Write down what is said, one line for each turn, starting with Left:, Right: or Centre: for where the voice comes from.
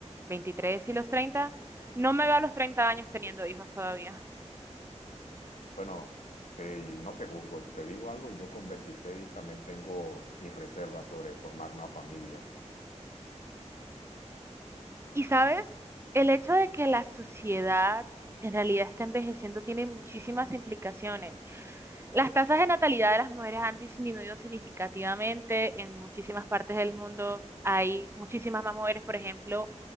Right: 23 y los 30, no me veo a los 30 años teniendo hijos todavía.
Left: Bueno, te- no te juzgo, te digo algo, yo con 26 también tengo mis reservas sobre formar una familia.
Right: Y sabes, el hecho de que la sociedad en realidad está envejeciendo tiene muchísimas implicaciones. Las tasas de natalidad de las mujeres han disminuido significativamente en muchísimas partes del mundo. Hay muchísimas más mujeres, por ejemplo,